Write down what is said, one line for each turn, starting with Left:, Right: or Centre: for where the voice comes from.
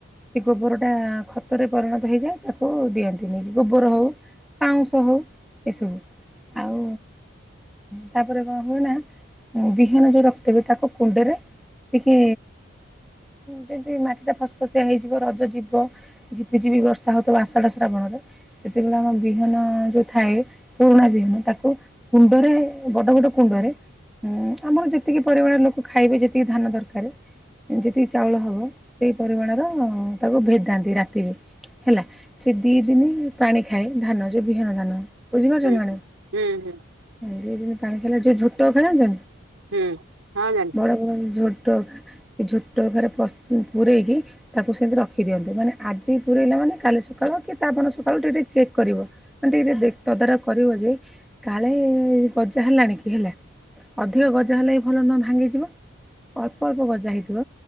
Centre: ସେ ଗୋବର ଟା ଖ ରତରେ ପରିଣତ ହେଇଯାଏ ତାକୁ ଦିଅନ୍ତିନି ଗୋବର ହଉ ପାଉଁଶ ହଉ ଏସବୁ ଆଉ ତାପରେ କଣ ହୁଏ ନା ବିହନ ଯେଉ ରଖତବେ ତାକୁ କୁଣ୍ଡରେ ଟିକେ ଯେମିତି ମାଟି ସେଟା ଫସଫସିଆ ହେଇଯିବ ରଜ ଯିବ ଝିପିଝିପି ବର୍ଷା ହଉଥିବ ଆଷାଢା ଶ୍ରାବଣରେ ସେତେବେଳେ ଆମ ବିହନ ଯୋଉ ଥାଏ ପୁରୁଣା ବିହନ ତାକୁ କୁଣ୍ଡରେ ବଡ ବଡ଼ କୁଣ୍ଡରେ ଆମର ଯେତିକି ପରିମାଣରେ ଲୋକ ଖାଇବେ ଯେତିକି ଧାନ ଦରକାର ଯେତିକି ଚାଉଳ ହବ। ସେଇ ପରିମାଣର ତାକୁ ଭେଦାନ୍ତି ରାତିରେ ହେଲା ସେ ଦି ଦିନ ପାଣି ଖାଏ ଧାନ ଯଉ ବିହନ ଧାନ ବୁଝିପାରୁଛନ୍ତି
Right: ହୁଁ
Centre: ମ୍ୟାଡ଼ାମ
Right: ହ ହୁଁ ହୁଁ।
Centre: ପାଣି ଖେଲା ଯଉ ଝୋଟ ଖାନଛ
Right: ହୁଁ ହୁଁ ହଁ ଜାଣିଛି
Centre: ବଡ ବଡ ଝୋଟ ସେ ଝୋଟ ଘରେ ପ ହୁଁ। ପୂରେଇକି ତାକୁ ସେମିତି ରଖିଦିଅନ୍ତୁ ମାନେ ଆଜି ପୁରରେଇଲା ମାନେ କାଳେ ଶୁଖା କି ତାପରେ ସଖାଳୁ ଟିକେେ ଚେକ୍ କରିବ ମାନେ ଟିକେେ ତଦାରଖ କରିବ ଯେ କାଳେ ଗଜା ହେଲାଣି କି ହେଲା ଅଧିକ ଗଜା ହେଲା ବି ଭଲ ନୁହେଁ ଭାଙ୍ଗିଯିବ ଅଳ୍ପ ଅଳ୍ପ ଗଜା ହେଇଥିବ